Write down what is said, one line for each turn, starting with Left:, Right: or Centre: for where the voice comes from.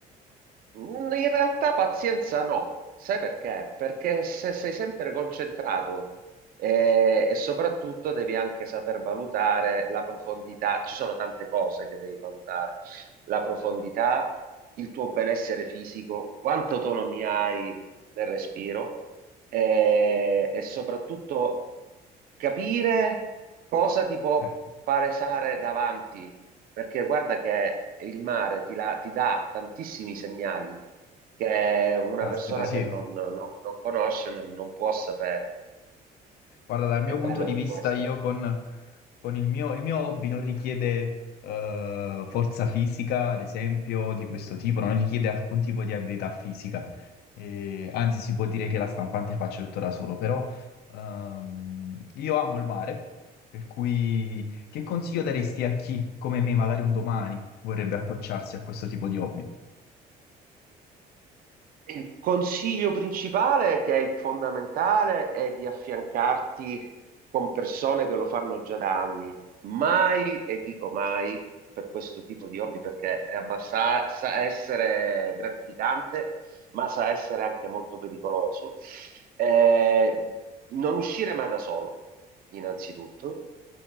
Right: Mm, In realtà pazienza no, sai perché? Perché se sei sempre concentrato eh, e soprattutto devi anche saper valutare la profondità, ci sono tante cose che devi valutare, la profondità, il tuo benessere fisico, quanta autonomia hai nel respiro eh, e soprattutto capire cosa ti può
Left: Eh,
Right: palesare davanti perché guarda che il mare ti, la- ti dà tantissimi segnali che una
Left: Caspita,
Right: persona
Left: sì.
Right: che non, non- non conosce non, non può sapere.
Left: Guarda, dal
Right: È
Left: mio
Right: bello
Left: punto di
Right: per
Left: vista,
Right: questo.
Left: io con, con il mio, il mio hobby non richiede eh, forza fisica, ad esempio, di questo tipo, non richiede alcun tipo di abilità fisica. Eh, anzi, si può dire che la stampante faccio tutto da solo, però ehm, io amo il mare, per cui che consiglio daresti a chi, come me, magari un domani vorrebbe approcciarsi a questo tipo di hobby?
Right: Il consiglio principale, che è il fondamentale, è di affiancarti con persone che lo fanno già da anni. Mai, e dico mai, per questo tipo di hobby, perché è abbassa- sa essere gratificante, ma sa essere anche molto pericoloso. Eh, non uscire mai da solo, innanzitutto.